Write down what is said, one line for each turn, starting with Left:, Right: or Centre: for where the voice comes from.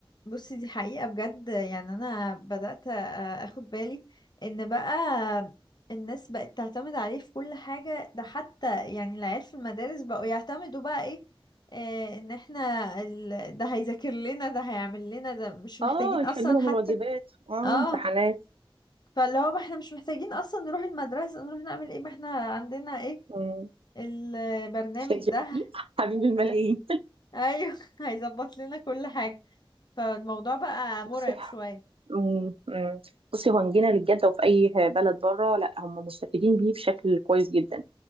Left: بصي دي حقيقة بجد يعني انا بدأت آه، اخد بالي ان بقى الناس بقت تعتمد عليه في كل حاجة ده حتى يعني العيال في المدارس بقوا يعتمدوا بقى ايه آه، ان احنا ال... ده هيذاكر لنا ده هيعمل لنا ده مش محتاجين
Right: آه يحلوا
Left: اصلا
Right: لهم
Left: حتى
Right: الواجبات آه
Left: اه
Right: امتحانات
Left: فاللي هو ما احنا مش محتاجين اصلا نروح المدرسة نروح نعمل ايه ما احنا عندنا ايه
Right: مم.
Left: البرنامج
Right: شات
Left: ده
Right: جي بي تي <laughs> حبيب الملايين
Left: آه، ايوه <laughs> هيظبط لنا كل حاجة فالموضوع بقى مرعب
Right: بصي
Left: شوية
Right: مم. مم. بصي هو إن جينا للجد وفي اي بلد بره لا هم مستفيدين بيه بشكل كويس جدا